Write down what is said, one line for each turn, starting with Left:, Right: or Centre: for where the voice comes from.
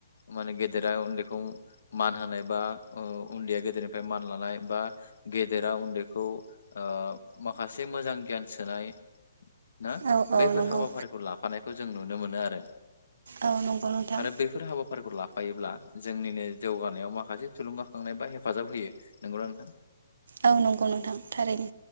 Left: माने गेदेरा उन्दैखौ मान होनाय बा ओ उन्दैया गेदेरनिफ्राय मान लानाय बा गेदेरा उन्दैखौ ओ माखासे मोजां गियान सोनाय ना
Right: औ औ
Left: बैफोर
Right: नंगौ
Left: हाबाफारिखौ लाफानायखौ जों नुनो नुनो मोनो आरो
Right: औ नंगौ नोंथां
Left: आरो बेैफोर हाबाफारिखौ लाफायोब्ला जोंनिनो जौगानायाव माखासे थुलुंगाखांनाय बा हेफाजाब होयो नंगौना नोंथां?
Right: औ नंगौ नोंथां थारैनो